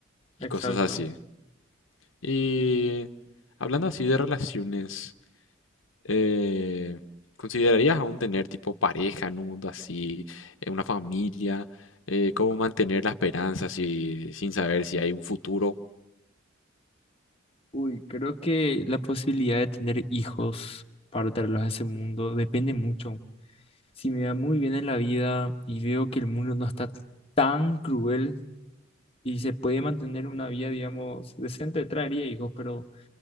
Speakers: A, on the left (about 80°); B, on the left (about 30°).
A: y
B: Exacto.
A: cosas así. Y hablando así de relaciones, eh, ¿considerarías aún tener tipo pareja en un mundo así, eh, una familia? eh, cómo mantener la esperanza si- sin saber si hay un futuro
B: Uy, creo que la posibilidad de tener hijos para traerlos a ese mundo depende mucho. Si me va muy bien en la vida y veo que el mundo no está tan cruel y se puede mantener una vida, digamos, decente, traería hijos, pero